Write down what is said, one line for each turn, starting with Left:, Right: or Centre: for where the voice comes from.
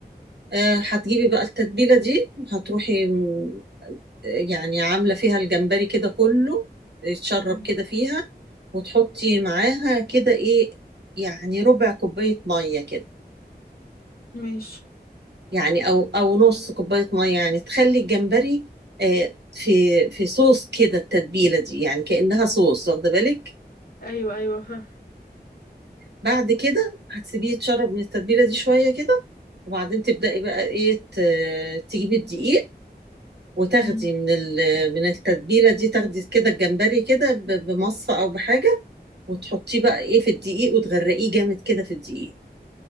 Right: آه، هتجيبي بقى التتبيلة دي هتروحي م- يعني عاملة فيها الجمبري كده كله يتشرب
Left: مم.
Right: كده فيها وتحطي معاها كده ايه يعني ربع كوباية مية كده
Left: ماشي
Right: يعني او او نص كوباية مية يعني تخلي الجمبري آه، في في صوص كده التتبيلة دي يعني كأنها صوص واخدة بالك
Left: ايوه ايوه فاهم
Right: بعد كده هتسيبيه يتشرب من التتبيله دي شويه كده وبعدين تبداي بقى ايه ت- تجيبي الدقيق وتاخدي
Left: مم.
Right: من ال- من التتبيله دي تاخدي كده الجمبري كده ب- بمصفى او بحاجه وتحطيه بقى ايه في الدقيق وتغرقيه جامد كده في الدقيق